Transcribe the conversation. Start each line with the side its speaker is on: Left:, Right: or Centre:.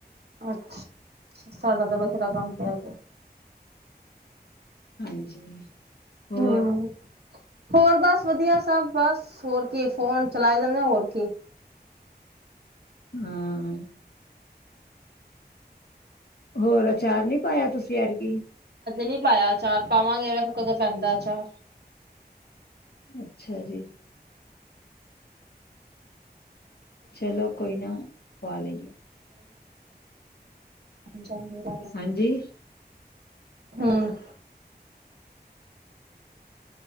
Right: ਅੱਛਾ ਸਾਲ ਬਥੇਰਾ ਕੰਮ ਪ ਆ ਜਾ
Left: ਹਾਂਜੀ। ਹੋਰ
Right: ਹਮ ਹੋਰ ਬਸ ਵਧੀਆ ਸਭ। ਬਸ ਹੋਰ ਕੀ ਫੋਨ ਚਲਾਈ ਜਾਂਦੇ ਆ ਹੋਰ ਕੀ
Left: ਹਾਂ ਹੋਰ ਅਚਾਰ ਨਹੀਂੀ ਪਾਇਆ ਤੁਸੀਂ ਯਰ ਕੀ
Right: ਨੀ ਪਾਇਆ ਚਾਰ ਪਾਵਾਂਗੇ ਵੇਖ ਕਦੋਂ ਪੈਂਦਾ ਚਾਰ
Left: ਅੱਛਾ ਜੀ। ਚਲੋ ਕੋਈ ਨਹੀ। ਵਾਲ ਲਈੂ
Right: ਪੰਜ ਮਰਾ
Left: ਹਾਂਜੀ
Right: ਹਮ